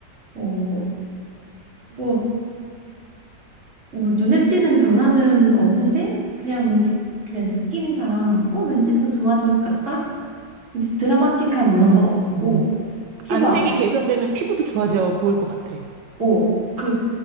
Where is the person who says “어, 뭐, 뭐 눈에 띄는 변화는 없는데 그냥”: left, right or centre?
Right